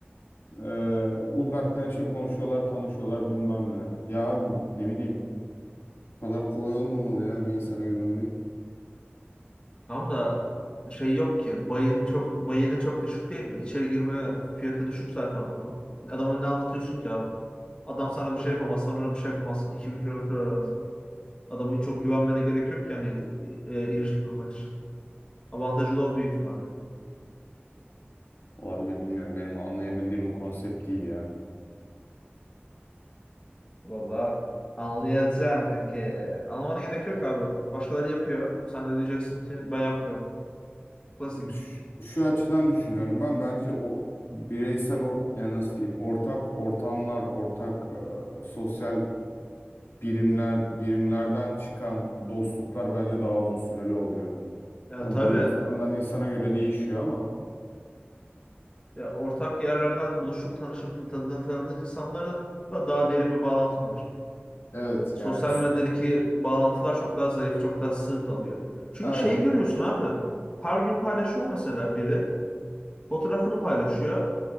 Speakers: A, on the left (about 75°); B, on the left (about 25°).
A: Ee, uzaktan işte konuşuyorlar, tanışıyorlar bilmem ne. Ya abi ne bileyim. Bu kadar kolay olmamalı ya bir insana güvenmek.
B: Tam da şey yok ki. Bayını çok bayını çok düşük değil mi? İçeri girme fiyatı düşük zaten bunun. Adama ne anlatıyorsun ki abi? Adam sana bir şey yapamaz, sana ona bir şey yapamazsın. 2000 kilometre aranızda. Adamı çok güvenmene gerek yok ki yani e, e, ilişki kurmak için. Avantajı da o büyük ihtimalle.
A: Olabilir bilmiyorum benim anlayabildiğim bir konsept değil ya. Ya
B: Valla anlayacaksın kanka. Anlamana gerek yok abi. Başkaları yapıyor. Sen de diyeceksin ki ben yapmıyorum. Klasik.
A: Ş- Şu açıdan düşünüyorum ben bence o bireysel or ya nasıl diyeyim ortak ortamlar ortak e, sosyal birimler birimlerden çıkan dostluklar bence daha uzun süreli oluyor.
B: Ya
A: Tabii
B: tabii.
A: bu insandan insana göre değişiyor ama.
B: Ya ortak yerlerden buluşup tanışıp tanıdığın, tanıdığın insanlara da daha derin bir bağlantın var.
A: Evet
B: Sosyal
A: yani s-
B: medyadaki bağlantılar çok daha zayıf, çok daha sığ kalıyor. Çünkü
A: Aynen.
B: şeyi görüyorsun abi. Her gün paylaşıyor mesela biri. Fotoğrafını paylaşıyor.